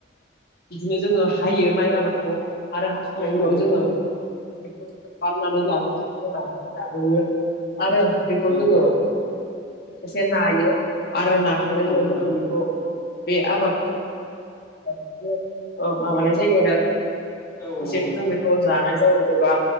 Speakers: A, on the left (about 55°); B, on the left (about 15°).
A: बिदिनो जोङो हायो माइ आबादखौ आरो हास'नायनि
B: औ नंगौ
A: उनाव जोङो बेखौ जोो बाननानै लाबोख लाबोोयो आरो बेखौ
B: औ
A: जोङो
B: औ
A: एसे नायो आर नाखांनायाव
B: औ नंगौ नोंथां
A: जोंो बेखौ बे आबादखौ बिदिनो माबानाय जायो आरो
B: औ नंगौ
A: सेदिथ
B: नंगौ
A: बेखौ जान जायो एबा